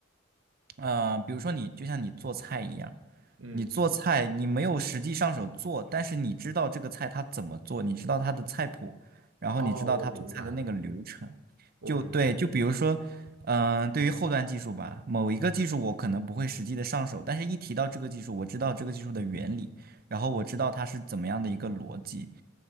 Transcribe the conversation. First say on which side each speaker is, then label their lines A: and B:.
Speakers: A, on the right (about 50°); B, on the right (about 80°).
A: 呃，比如说你就像你做菜一样。
B: 嗯，
A: 你做菜，你没有实际上手做，但是你知道这个菜它怎么做，你知道它的菜谱，然后你知道它做菜的那个流程。
B: 哦，我明白，我明白，
A: 就对，就比如说，嗯、对于后端技术吧，某一个技术我可能不会实际的上手，但是一提到这个技术，我知道这个技术的原理，然后我知道它是怎么样的一个逻辑。